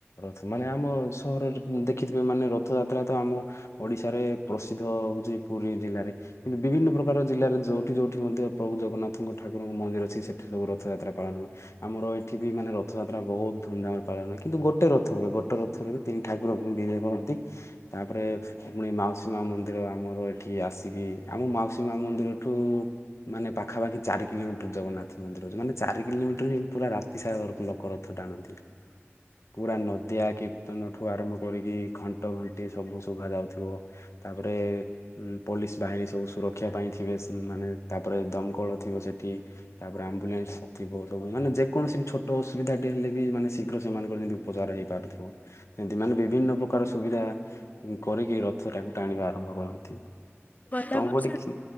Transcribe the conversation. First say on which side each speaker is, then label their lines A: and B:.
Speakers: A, on the left; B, on the left.
A: ରଥ ମାନେ ଆମ ସହରରେ ଦେଖିଥିବେ ମାନେ ରଥଯାତ୍ରା ତ ଆମ ଓଡିଶାରେ ପ୍ରସିଦ୍ଧ ହଉଛି ପୁରୀ ଜିଲ୍ଲାରେ। କିନ୍ତୁ ବିଭିନ୍ନ ପ୍ରକାର ଜିଲ୍ଲାରେ ଯୋଉଠି ଯୋଉଠି ମଧ୍ୟ ପ୍ରଭୁ ଜଗନ୍ନାଥଙ୍କ ଠାକୁରଙ୍କ ମନ୍ଦିର ଅଛି ସି ସେଠି ସବୁ ରଥ ଯାତ୍ରା ପାଳନ ହୁଏ। ଆମର ଏଠି ବି ମାନେ ରଥଯାତ୍ରା ବହୁତ ଧୁମଧାମରେ ପାଳନ ହୁଏ କିନ୍ତୁ ଗୋଟେ ରଥ ହୁଏ ଗୋଟେ ରଥରେ। ତିନି ଠାକୁରଙ୍କୁ ବିଜେ କରନ୍ତି ତାପରେ। ପୁଣି ମାଉସୀ ମା ମନ୍ଦିର ଆମର ଏଠି ଆସିକି ଆମ ମାଉସୀ ମା ମନ୍ଦିରଠୁ। ମାନେ ପାଖାପାଖି ଚାରି କିଲୋମିଟର ଜଗନ୍ନା ରଥ ମନ୍ଦିର ମାନେ ଚାରି କିଲୋମିଟର ହିଁ ପୁରା ରାତି ସାରା ଲୋକ ରଥ ଟାଣନ୍ତି। ପୁରା ନଦିଆ କୀର୍ତ୍ତନ ଠୁ ଆରମ୍ଭ କରିକି ଘଣ୍ଟ ଘଣ୍ଟି ସବୁ ଶୁଭା ଯାଉଥିବ। ତାପରେ। ଉ ପୋଲିସ ବାହିନୀ ସବୁ ସୁରକ୍ଷା ପାଇଁ ଥିବେ ମାନେ ତାପରେ ଦମକଳ ଥିବ ସେଠି। ତାପରେ ଆମ୍ବୁଲାନ୍ସ ଥିବ ସବୁ ମାନେ ଯେକୌଣସି ବି ଛୋଟ ଅସୁବିଧାଟେ ହେଲେ ବି ମାନେ ଶୀଘ୍ର ସେମାନଙ୍କର ଯେମତି ଉପଚାର ହେଇପାରୁଥିବ। ସେମତି ମାନେ ବିଭିନ୍ନ ପ୍ରକାର ସୁବିଧା କରିକି ରଥ ଟାକୁ ଟାଣିବା ଆରମ୍ଭ କରନ୍ତି।
B: ଗଲା
A: ତମ
B: ବର୍ଷଟା
A: ପଟେ କି
B: ତ